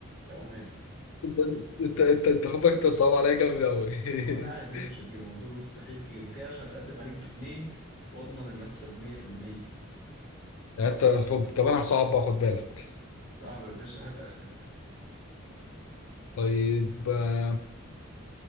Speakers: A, on the left; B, on the left.
A: في عمان
B: انت انت انت انت خد بالك انت صعب عليا جامد قوي
A: وانا عارف
B: <laughs>
A: انت مش هتجيبهم دول مستحيل تجيبهم كده عشان اتقدم عليك باتنين واضمن المكسب 100%
B: يعني انت خب طب انا هصعب بقى خد بالك
A: صعب يا باشا هات اخرك
B: طيب آه،